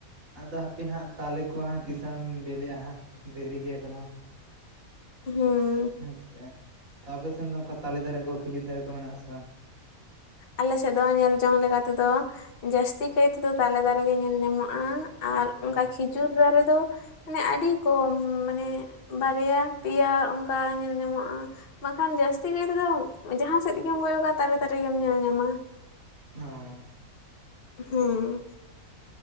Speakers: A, on the right (about 70°); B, on the left (about 45°).
A: ᱟᱫᱚ ᱦᱟᱯᱮ ᱦᱟᱸᱜ ᱛᱟᱞᱮ ᱠᱚ ᱦᱟᱸᱜ ᱛᱤᱥᱚᱝ ᱵᱮᱞᱮᱜᱼᱟ ᱦᱟᱸᱜ। ᱫᱮᱨᱤ ᱜᱮ ᱮᱠᱷᱚᱱᱳ।
B: ᱦᱮᱸ।
A: ᱦᱮᱸ ᱥᱮ। ᱟᱯᱮ ᱥᱮᱱ ᱫᱚ ᱚᱱᱠᱟ ᱛᱟᱞᱮ ᱫᱟᱨᱮ ᱠᱚ ᱠᱷᱤᱡᱩᱨ ᱫᱟᱨᱮ ᱠᱚ ᱢᱮᱱᱟᱜᱼᱟ ᱥᱮ ᱵᱟᱝ?
B: ᱟᱞᱮ ᱥᱮᱫ ᱫᱚ ᱧᱮᱞ ᱡᱚᱝ ᱞᱮᱠᱟ ᱛᱮᱫᱚ, ᱡᱟᱹᱥᱛᱤ ᱠᱟᱭ ᱛᱮᱫᱚ ᱛᱟᱞᱮ ᱫᱟᱨᱮ ᱜᱮ ᱧᱮᱞ ᱧᱟᱢᱚᱜᱼᱟ। ᱟᱨ, ᱚᱱᱠᱟ
A: ᱚ
B: ᱠᱷᱤᱡᱩᱨ ᱫᱟᱨᱮ ᱫᱚ ᱼᱼ ᱢᱟᱱᱮ ᱟᱹᱰᱤ ᱠᱚᱢ। ᱢᱟᱱᱮ ᱵᱟᱨᱭᱟ ᱯᱮᱭᱟ ᱚᱱᱠᱟ ᱧᱮᱞ ᱧᱟᱢᱚᱜᱼᱟ। ᱵᱟᱠᱷᱟᱱ ᱡᱟᱹᱥᱛᱤ ᱠᱟᱭ ᱛᱮᱫᱚ, ᱡᱟᱦᱟᱸ ᱥᱮᱫ ᱜᱮᱢ ᱠᱚᱭᱚᱜᱟ, ᱛᱟᱞᱮ ᱫᱟᱨᱮ ᱜᱮᱢ ᱧᱮᱞ ᱧᱟᱢᱟ।
A: ᱚᱸᱻ
B: ᱦᱩᱸ